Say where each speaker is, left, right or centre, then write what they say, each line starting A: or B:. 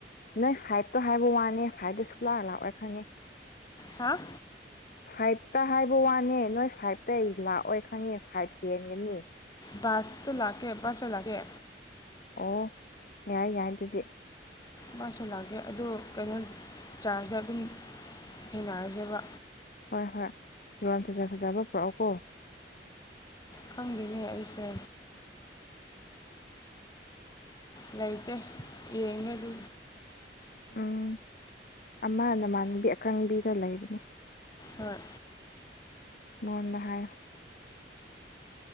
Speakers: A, on the left (about 50°); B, on the left (about 20°).
A: ꯅꯣꯏ ꯐꯥꯏꯚꯇꯣ ꯍꯥꯏꯕ ꯋꯥꯅꯦ ꯐꯥꯏꯚꯇꯣ ꯁꯨꯛꯂꯥꯛ ꯂꯥꯛꯑꯣꯏ ꯈꯪꯉꯦ
B: ꯍꯥꯥ
A: ꯐꯥꯏꯚꯇ ꯍꯥꯏꯕ ꯋꯥꯅꯦ ꯅꯣꯏ ꯐꯥꯏꯚꯇ ꯑꯩ ꯂꯥꯛꯑꯣꯏ ꯈꯪꯉꯦ ꯐꯥꯏꯚ ꯍꯦꯟꯒꯅꯤ
B: ꯕꯥꯁꯇ ꯂꯥꯛꯀꯦ ꯕꯥꯁꯇ ꯂꯥꯛꯀꯦ
A: ꯑꯣ ꯌꯥꯏ ꯌꯥꯏ ꯑꯗꯨꯗꯤ
B: ꯃꯥꯁꯨ ꯂꯥꯛꯀꯦ ꯑꯗꯣ ꯀꯩꯅꯣ ꯆꯥꯔꯖꯦ ꯑꯗꯨꯝ ꯊꯦꯡꯅꯔꯁꯦꯕ
A: ꯍꯣꯏ ꯍꯣꯏ ꯐꯤꯔꯣꯜ ꯐꯖ ꯐꯖꯕ ꯄꯨꯔꯛꯑꯣꯀꯣ
B: ꯈꯪꯗꯦꯅꯦ ꯑꯩꯁꯦ ꯂꯩꯥꯏꯇꯦ ꯌꯦꯡꯉꯦ ꯑꯗꯨ
A: ꯎꯝ ꯑꯃ ꯅꯃꯥꯟꯅꯕꯤ ꯑꯀꯪꯕꯤꯗ ꯂꯩꯕꯅꯦ
B: ꯍꯣꯏ
A: ꯃꯣꯟꯗ ꯍꯥꯏꯌꯣ